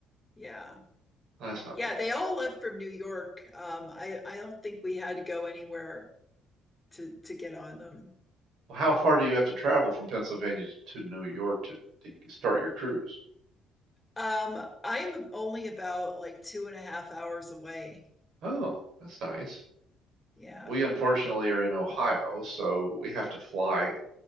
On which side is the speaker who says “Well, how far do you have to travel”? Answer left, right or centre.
Right